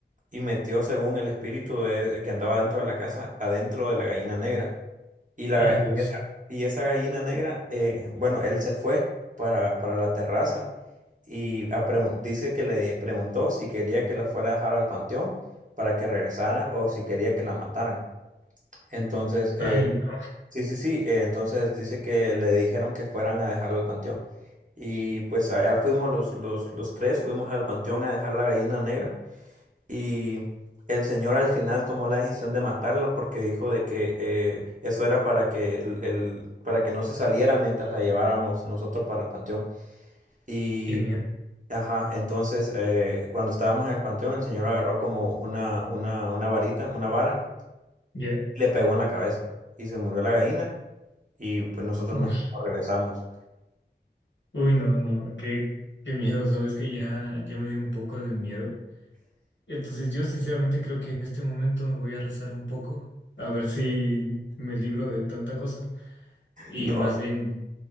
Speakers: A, on the right; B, on the left.
A: y metió según el espíritu de- que andaba dentro de la casa, adentro de la gallina negra. Y, la,
B: Ay,
A: ga- y
B: Dios.
A: esa, y esa gallina negra, eh, bueno, él se fue para, para la terraza y a pregun- dice que le preguntó si quería que la fuera a dejar al panteón para que regresara o si quería que la mataran. Entonces, eh,
B: Ay, no.
A: Sí, sí, sí. eh, entonces dice que le dijeron que fueran a dejarla al panteón. Y pues allá fuimos los, los, los tres, fuimos al panteón a dejar la gallina negra. Y el señor al final tomó la decisión de matarla porque dijo de que eh, eso era para que el, el- para que no se saliera mientras la lleváramos nosotros para el panteón. Y
B: Qué miedo.
A: ajá, entonces eh, cuando estábamos en el panteón, el señor agarró como una, una, una varita, una vara,
B: Ya.
A: le pegó en la cabeza. Y se murió la gallina y pues nosotros
B: Uy.
A: nos nos regresamos.
B: Uy, no, no, qué, qué miedo, sabes que ya, ya me dio un poco de miedo. Entonces yo sinceramente creo que en este momento me voy a rezar un poco, a ver si me libro de tanta cosa. Y
A: No,
B: más bien,